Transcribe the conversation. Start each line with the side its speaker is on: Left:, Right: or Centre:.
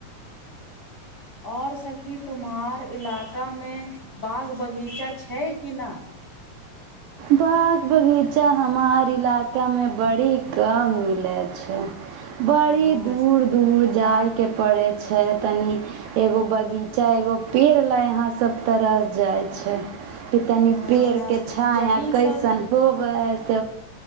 Left: और सखी तुम्हहार इलाकामे बाग बगीचा छै कि नहि
Right: बाग बगीचा हमार इलाकामे बड़ी कम मिलैत छै बड़ी
Left: हँ
Right: दूर दूर जाइ के पड़े छै तनी एगो बगीचा एगो पेड़ लै अहा सब तरल जाय छै कि तनी
Left: हँ
Right: पेर के छाया
Left: यही सब
Right: ऐसन भुख वस